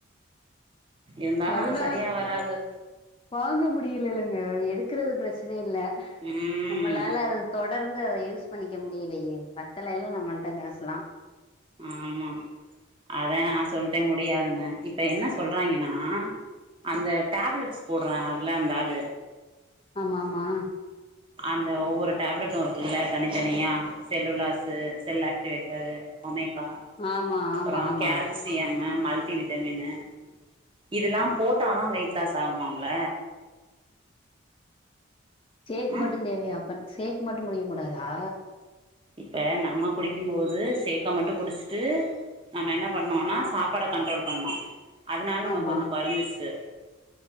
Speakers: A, on the right; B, on the left.
A: இருந்தாலு
B: அதுனா
A: அது சரியா வராது
B: வாங்க முடியிலேலங் க அது எடுக்கறது பிரச்சன இல்ல
A: ம்
B: நம்மளால அது தொ தொடர்ந்து அத யூஸ் பண்ணிக்க முடியலையே பத்தலல்ல நம்மள்ட்ட காசுலா
A: ஆமா அதா நா சொல்ட்டே முடியாதுன்னு இப்ப என்ன சொல்றாங்கைன்னா அந்த டேப்லெட்ஸ் போட்றாருல்ல அந்த ஆளு
B: ஆமா ஆமா
A: அந்த ஒவ்வொரு டேப்லெட்டு இருக்குல்ல தனித்தனியா செல்லுலாஸு செல் ஆக்டிவேட்டரு ஒமே கா
B: ஆமா
A: அப்பறோ
B: ஆமா ஆமா
A: கேல்சியம்மு மல்டிவிட்டமினு இதுல்லா போட்டாதா வெயிட் லாஸ் ஆகுமாம்ல
B: சேக்
A: ம்
B: மட்டு தேவையா அப்ப சேக் மட்டு குடிக்கக்கூடாதா
A: இப்ப நம்ம குடிக்கும்போது சேக்க மட்டு குடிச்சுட்டு நம்ம என்ன பண்ணோன்னா சாப்பாட கண்ட்ரோல் பண்ணோ அதனால நம்ம
B: ஆமா
A: கொஞ்ச கொறைஞ்சிச்சு